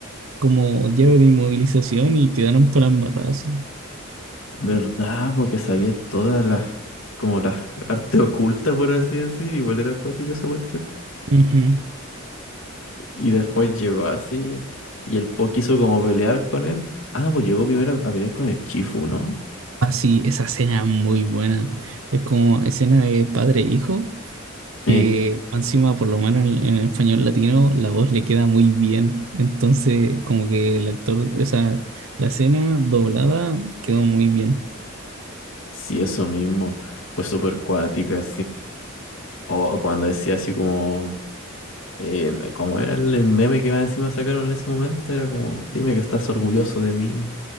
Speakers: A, on the right; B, on the left.
A: como llave de inmovilización y quedaron para embarrar así.
B: ¿Verdad, Porque sabía todas las, como las artes ocultas, por así decir. Igual era acuático esa cuestión.
A: Ujú.
B: Y después llegó así y el Po quiso como pelear con él. Ah, no, pues llegó primero a pelear con el Chifu, ¿no?
A: Ah, sí, esa escena es muy buena. Es como escena de padre e hijo.
B: Eh,
A: que encima, por lo menos en, en el español latino, la voz le queda muy bien. Entonces, como que el actor, o sea, la escena doblada quedó muy bien.
B: sí, eso mismo. Fue súper cuática, O, cuando decía así como, eh, como era el, el meme que más encima sacaron en ese momento, era como, dime que estás orgulloso de mí,